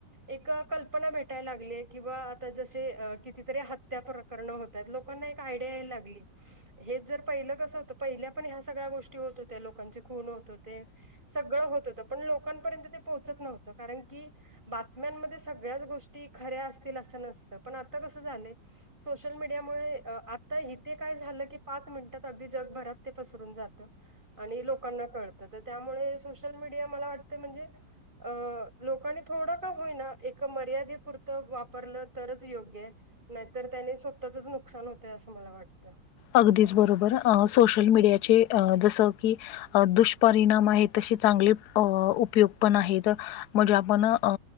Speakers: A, on the right; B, on the left.
A: एक कल्पना भेटायला लागली आहे किंवा आता जसे कितीतरी हत्या प्रकरणं होतात लोकांना आयडिया यायला लागली हेच जर पहिलं कसं होतं पहिल्या पण ह्या सगळ्या गोष्टी होत त्या लोकांचे खून होत ते सगळं होत होत पण लोकांपर्यंत ते पोहोचत नव्हतं कारण की बातम्यांमध्ये सगळ्याच गोष्टी खऱ्या असतील असं नसतं पण आता कसं झालं सोशल मीडियामुळे आता इथे काय झालं की पाच मिनिटात अगदी जगभरात ते पसरून जातं आणि लोकांना कळतं तर त्यामुळे सोशल मीडिया मला वाटते म्हणजे अ लोकांनी थोडं का होईना एक मर्यादेपुरतं वापरलं तरच योग्य आहे. नाहीतर त्याने स्वतःचच नुकसान होत. असं मला वाटतं
B: अगदीच बरोबर सोशल मीडियाचे जसं की अ दुष्परिणाम आहेत तसे चांगले अ उपयोग पण आहेत. म्हणजे आपण अ